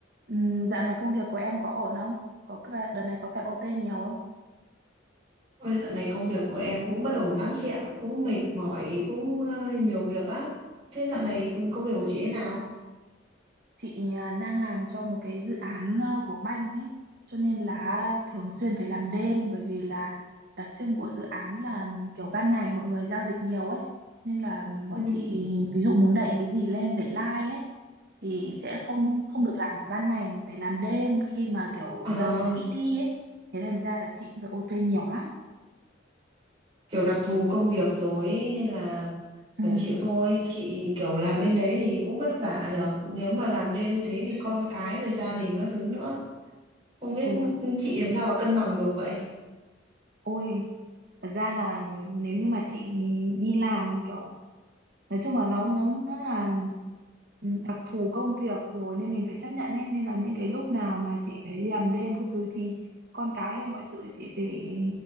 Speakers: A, on the right (about 55°); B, on the right (about 30°).
A: Ừm, dạo này công việc của em có ổn không? Có phải- đợt này có phải OT nhiều không?
B: Ôi, dạo này công việc của em cũng bất ổn lắm chị ạ, cũng mệt mỏi, cũng ờ, nhiều việc lắm. Thế dạo
A: Ừ.
B: này công việc của chị thế nào?
A: Chị à, đang làm cho một cái dự án à, của banh ấy, cho nên là thường xuyên phải làm đêm bởi vì là đặc trưng của dự án là kiểu ban ngày mọi người giao dịch nhiều ấy, nên là
B: Ừ.
A: bọn chị ví dụ muốn đẩy cái gì lên, đẩy like ấy thì sẽ không
B: ừ.
A: không được làm vào ban ngày mà phải làm đêm khi mà kiểu
B: Ờ,
A: giao dịch nó ít đi ấy. Thế thành ra là chị cũng phải OT nhiều lắm.
B: kiểu đặc thù công việc rồi ấy, nên là
A: Ừ.
B: phải chịu thôi. Chị kiểu làm bên đấy thì cũng vất vả nhở. Nếu mà làm đêm như thế thì con cái rồi gia đình các thứ nữa. Không biết
A: Ừ.
B: chị làm sao mà cân bằng được vậy.
A: Ôi thật ra là nếu như mà chị đi làm kiểu nói chung là nó nó nó là đặc thù công việc rồi nên mình phải chấp nhận ấy nên là những cái lúc nào mà chị phải đi làm đêm các thứ thì con cái hay mọi sự chị phải